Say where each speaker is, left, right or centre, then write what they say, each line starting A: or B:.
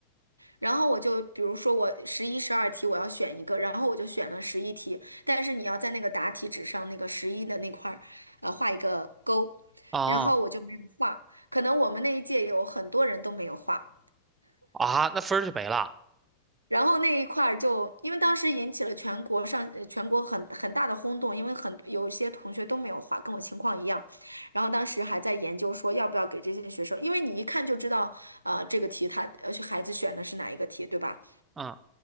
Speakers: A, on the right (about 80°); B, on the right (about 20°).
A: 然后我就比如说我十一、十二题我要选一个，然后我就选了十一题，但是你要在那个答题纸上那个十一的那块儿，呃，画一个勾，
B: 啊
A: 然后我就没有画，可能我们那一届有很多人都没有画。
B: 啊，那分儿就没了。
A: 然后那一块儿就，因为当时引起了全国上，呃全国很很大的轰动，因为很有一些同学都没有画，跟我情况一样。然后当时还在研究说要不要给这些学生，因为你一看就知道，呃，这个题他呃孩子选的是哪一个题，对吧？
B: 嗯，